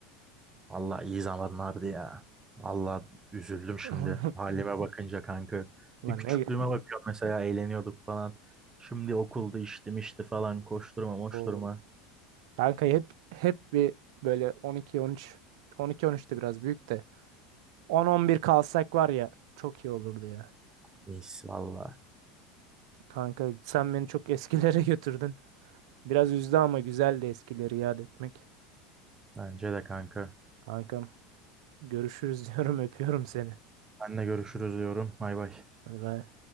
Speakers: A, on the right; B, on the right.
A: Valla iyi zamanlardı ya. Valla üzüldüm şimdi
B: <laughs>
A: halime bakınca kanka.
B: Lan
A: Bir küçüklüğüme
B: ne?
A: bakıyorum mesela eğleniyorduk falan. Şimdi okulda iştim işte falan koşturma moşturma.
B: O kanka hep hep bir böyle 12 13 12 13 de biraz büyük de 10 11 kalsak var ya çok iyi olurdu ya.
A: Neyse valla.
B: Kanka sen beni çok eskilere <laughs> götürdün. Biraz üzdü ama güzeldi eskileri yad etmek.
A: Bence de kanka.
B: Kankam görüşürüz <laughs> diyorum öpüyorum seni.
A: Senle görüşürüz diyorum. Bay bay.
B: Hadi bay.